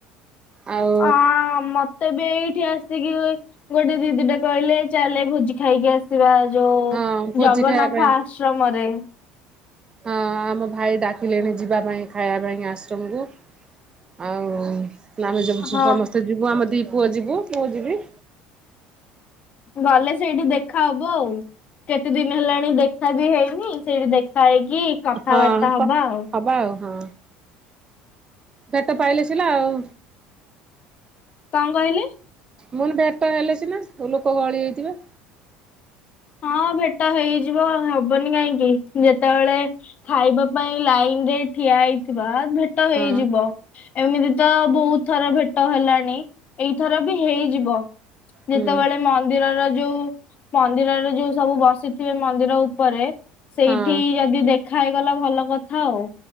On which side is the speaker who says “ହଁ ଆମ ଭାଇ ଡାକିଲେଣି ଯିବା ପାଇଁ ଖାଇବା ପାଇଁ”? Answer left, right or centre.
Right